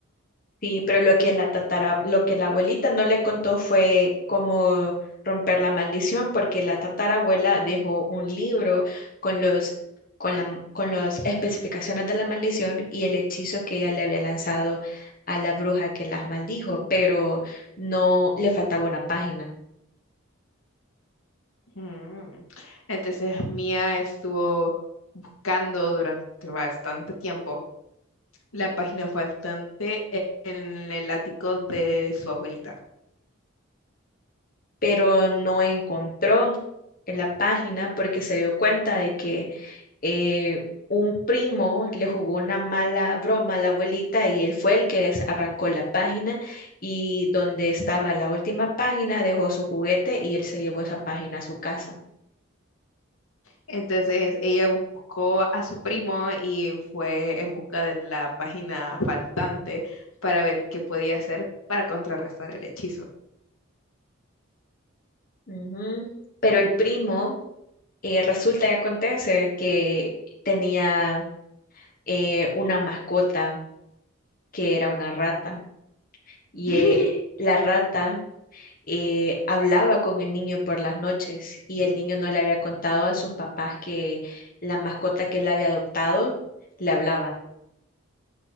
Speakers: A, on the left; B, on the left.
A: Sí, pero lo que la tatara, lo que la abuelita no le contó fue cómo romper la maldición, porque la tatarabuela dejó un libro con los, con la, con las especificaciones de la maldición y el hechizo que ella le había lanzado a la bruja que las maldijo, pero no le faltaba una página,
B: Mm. Entonces Mia estuvo buscando durante bastante tiempo la página faltante e- en el ático de su abuelita.
A: pero no encontró en la página porque se dio cuenta de que eh, un primo le jugó una mala broma a la abuelita y él fue el que des- arrancó la página y donde estaba la última página dejó su juguete y él se llevó esa página a su casa.
B: Entonces ella buscó a su primo y fue en busca de la página faltante para ver qué podía hacer para contrarrestar el hechizo.
A: Ujú. Pero el primo eh, resulta y acontece que tenía eh, una mascota que era una rata y
B: <laughs>
A: eh, la rata eh, hablaba con el niño por las noches y el niño no le había contado a sus papás que la mascota que él había adoptado le hablaba.